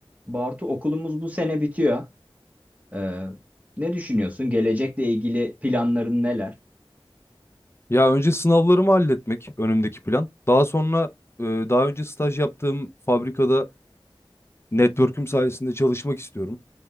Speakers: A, on the right; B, on the left.
A: Bartu okulumuz bu sene bitiyor. Ee, ne düşünüyorsun? Gelecekle ilgili planların neler?
B: Ya önce sınavlarımı halletmek önümdeki plan. Daha sonra e, daha önce staj yaptığım fabrikada network'üm sayesinde çalışmak istiyorum.